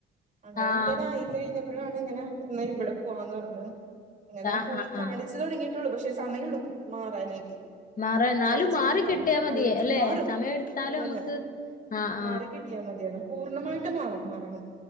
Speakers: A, on the right; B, on the left.
A: അങ്ങനെക്കെ
B: ആഹ്
A: തായി കഴിഞ്ഞപ്പഴാണ് ഇങ്ങനെ ന്നാ ഇവിടെ പോവാന്ന് പറ്ഞ്ഞ് അങ്ങനെ
B: ആഹ്
A: പോയി
B: ആഹ് ആഹ്
A: ചില് തുടങ്ങിയിട്ടുള്ളൂ പക്ഷെ സമയ ട്ക്കും മാറാനായിട്ട്
B: മാറ എന്നാലും
A: അലർജി
B: മാറി കിട്ടിയാ
A: ആഹ്
B: മതി
A: അലർജി
B: അല്ലെ
A: മാറും
B: സമയം എടുത്താലും
A: അതന്നെ
B: നമുക്ക് ആഹ്
A: മാറി കിട്ടിയാ മതിയല്ലോ പൂർണ്ണമായിട്ട്
B: ആഹ്
A: മാറും മാറണം